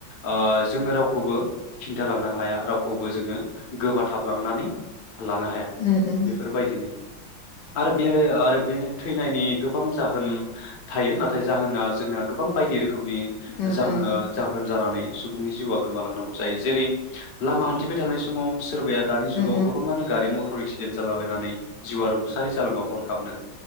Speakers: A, on the left; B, on the left.
A: आ जोङो रावखौबो खिन्थालांनो हाया रावखौबो जोङो गोबाथाबलांनानै लानो हाया
B: उम उम
A: बेफोरबायदिनो आरो बे आरो बे थैनायनि गोबां जाहोन थायो नाथाय जाहोना जोंना गोबां बायदि रोखोमनि
B: उम
A: जाहोना
B: उम
A: जाहोन जानानै सुबुंनि जिउआ गोमालांनांगौ जायो जेरै लामा हान्थिबाय थानाय स समाव सोरबाया दानि जुगाव
B: उम
A: गोबाङानो गारि मटर एक्सिडेन्ट जालाबायनानै जिउआ र रुंसारि जालांयो हरखाबनो